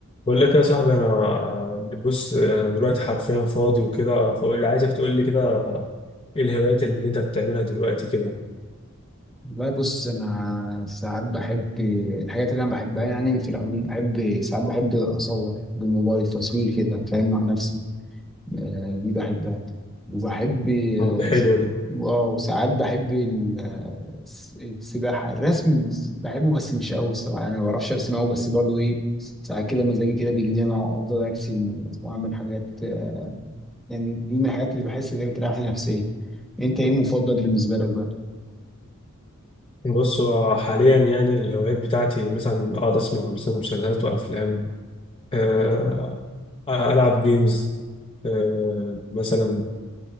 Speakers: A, on the left; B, in the centre.
A: بقول لك يا صاحبي انا بص انا دلوقتي حرفيا فاضي وكده فاقول اللي عايزك تقول لي كده ايه الهوايات اللي انت بتعملها دلوقتي كده
B: والله بص انا ساعات بحب الحاجات اللي انا بحبها يعني في العموم بحب ساعات بحب اصور بالموبايل تصوير كده فاهم مع نفسي آه، دي بحبها وبحب اه
A: اه دي حلوه دي
B: آه، وساعات بحب ال- آه، السباحة الرسم بحبه بس مش قوي الصراحة يعني ما بعرفش ارسم قوي بس برضو ايه ساعات كده مزاجي كده بيجي لي انا افضل ارسم واعمل حاجات آه، يعني دي من الحاجات اللي بحس ان هي بتريحني نفسيا انت ايه المفضل بالنسبة لك بقى؟
A: بص هو حاليا يعني الهوايات بتاعتي مثلا اقعد اسمع مثلا مسلسلات وافلام آه، آه، العب جيمز آه، مثلا